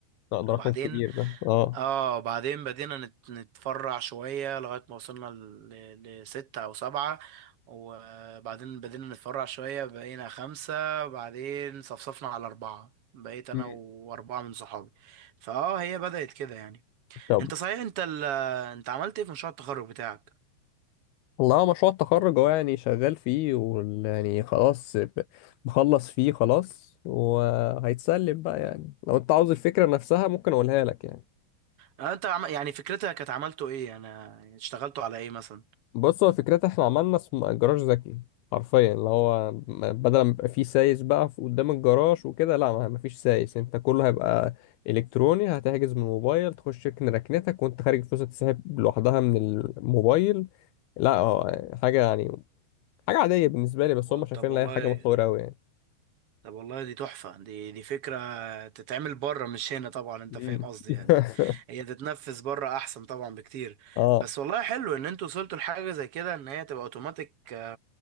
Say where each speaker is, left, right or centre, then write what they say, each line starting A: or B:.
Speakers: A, on the left (about 85°); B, on the right (about 65°).
A: لا ده
B: وبعدين
A: رقم كبير ده اه
B: اه بعدين بدينا نت- نتفرع شوية لغاية ما وصلنا ل- لستة أو سبعة وبعدين بدينا نتفرع شوية بقينا خمسة بعدين صفصفنا على أربعة بقيت أنا
A: مم.
B: وأربعة من صحابي فاه هي بدأت كده يعني
A: طب
B: أنت صحيح أنت ال... أنت عملت إيه في مشروع التخرج بتاعك؟
A: والله هو مشروع التخرج هو يعني شغال فيه ويعني خلاص ب- بخلص فيه خلاص وهيتسلم بقى يعني لو انت عاوز الفكرة نفسها ممكن اقولها لك يعني
B: أنت عم... يعني فكرتها كانت عملته إيه؟ أنا اشتغلتوا على إيه مثلا؟
A: بص هو فكرتها احنا عملنا اسم- جراج ذكي حرفيا اللي هو م- بدل ما يبقى فيه سايس بقى في- قدام الجراج وكده لا ما ما فيش سايس انت كله هيبقى الكتروني هتحجز من الموبايل تخش تكن ركنتك وانت خارج الفلوس هتسحب لوحدها من الموبايل لا هو حاجة يعني حاجة عادية بالنسبة لي بس
B: و-
A: هم شايفين
B: طب والله
A: ان هي حاجة متطورة أوي يعني.
B: طب والله دي تحفة دي دي فكرة تتعمل بره مش هنا طبعا انت
A: مم.
B: فاهم قصدي
A: <laughs>
B: يعني هي تتنفذ بره احسن طبعا بكتير
A: اه
B: بس والله حلو ان انتوا وصلتوا لحاجة زي كده ان هي تبقى اوتوماتيك